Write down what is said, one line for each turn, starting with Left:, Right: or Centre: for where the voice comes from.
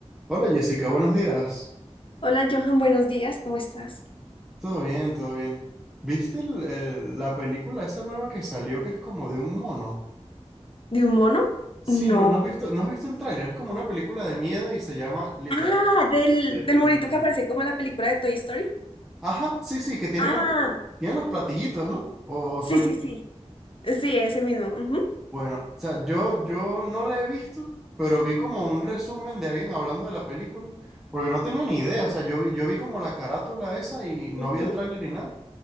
Centre: Hola Jessica, buenos días.
Left: Hola Johan, buenos días, ¿cómo estás?
Centre: Todo bien, todo bien. ¿Viste el- el- la película esa nueva que salió que es como de un mono?
Left: ¿De un mono?
Centre: Sí,
Left: No.
Centre: no, no has visto, no has visto el tráiler, es como una película de miedo y se llama literal
Left: Ah, del,
Centre: eh,
Left: del
Centre: El
Left: monito
Centre: Mono.
Left: que aparece como en la película de Toy Story.
Centre: Ajá, sí, sí, que tiene
Left: Ah,
Centre: como, tiene los platillitos, ¿no? O, o
Left: sí,
Centre: soy
Left: sí,
Centre: yo.
Left: sí. Sí, ese mismo. Ujú,
Centre: Bueno, o sea, yo, yo no la he visto, pero vi como un resumen de alguien hablando de la película, porque no tenía ni idea, o sea, yo, vi- yo vi como la carátula esa y no
Left: ujú,
Centre: vi el tráiler ni nada.